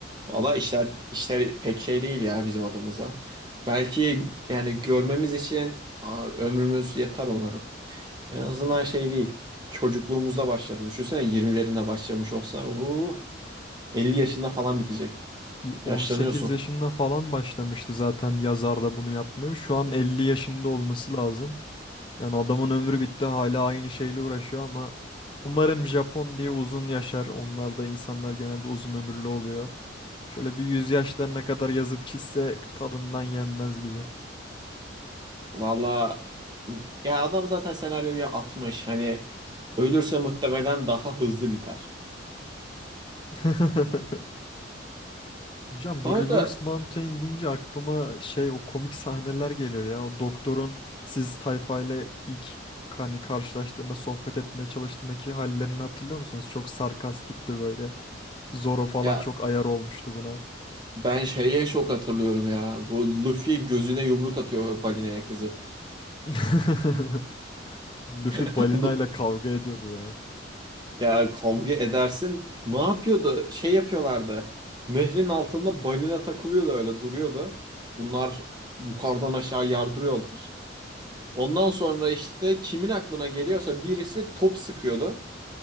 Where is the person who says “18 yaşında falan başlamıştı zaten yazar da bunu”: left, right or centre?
Left